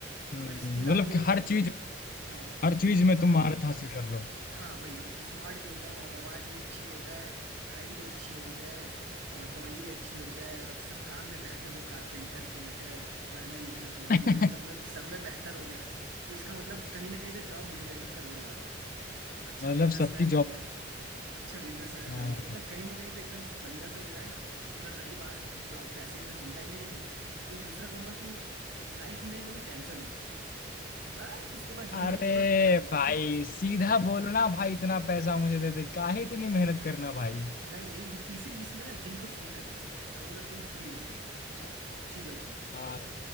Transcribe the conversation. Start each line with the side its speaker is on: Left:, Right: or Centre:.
Right: तो
Left: हम्म,
Right: अगर स्किल आ
Left: मतलब
Right: गई
Left: कि
Right: और सब
Left: हर चीज
Right: हाँ
Left: हर चीज
Right: एक
Left: में तुम महारत
Right: हाँ
Left: हासिल कर लो
Right: हाँ वही स्मार्ट भी हो जाऊं आवाज भी अच्छी हो जाए हाइट भी अच्छी हो जाए और बॉडी भी अच्छी हो जाए और सब काम में बेहतर हो कारपेंटर पेंटर पढ़ने लिखना कोडिंग
Left: <laughs>
Right: वोडिंग सब में सब में बेहतर हो गया तो इसका मतलब कहीं ना कहीं तो जॉब मिल जाएगी करोड़ों वाली अच्छा
Left: मतलब
Right: बिजनेसमैन
Left: सबकी
Right: बन
Left: जॉब
Right: गया अच्छा बिजनेसमैन
Left: हाँ
Right: बन गया मतलब कहीं ना कहीं तो एकदम बढ़िया से हो जाएगा फिर रही बात जॉब पैसे की तो चिंता ही नहीं रहेगी फिर दूसरा कहूंगा कि लाइफ में मेरी कभी टेंशन ना है बस उसके बाद जिनको
Left: अरे
Right: कहूंगा
Left: भाई
Right: फिर उसके
Left: सीधा बोलना भाई इतना पैसा मुझे दे दे काहे इतनी मेहनत करना भाई
Right: नहीं नहीं फिर तीसरी विश में ना जिन को फ्री कर दूंगा कहूंगा तुम फ्री हो जिन जाओ जी लो अपनी जिंदगी
Left: हाँ